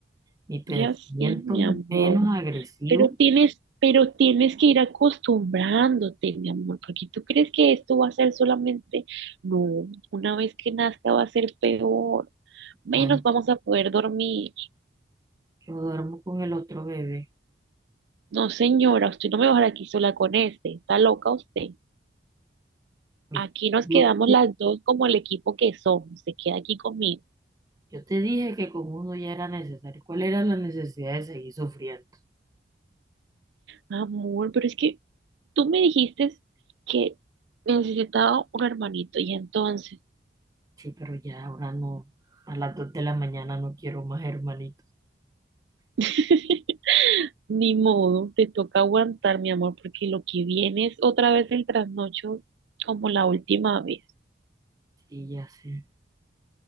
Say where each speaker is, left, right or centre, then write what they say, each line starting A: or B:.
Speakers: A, on the right; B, on the right.
A: Mi pensamiento
B: Ya sé, mi amor.
A: menos agresivo,
B: Pero tienes, pero tienes que ir acostumbrándote, mi amor, porque tú crees que esto va a ser solamente, no, una vez que nazca va a ser peor, menos
A: ya
B: vamos a poder dormir.
A: yo duermo con el otro bebé.
B: No, señora, usted no me va a dejar aquí sola con este, está loca usted.
A: ¿viste?
B: Aquí nos
A: Yo
B: quedamos las dos como el equipo que somos, se queda aquí conmigo.
A: Yo te dije que con uno ya era necesario. ¿Cuál era la necesidad de seguir sufriendo?
B: Amor, pero es que tú me dijiste que necesitaba un hermanito y entonces...
A: Sí, pero ya ahora no. A las dos de la mañana no quiero más hermanitos.
B: <laughs> Ni modo, te toca aguantar, mi amor, porque lo que viene es otra vez el trasnocho como la última vez.
A: Sí, ya sé.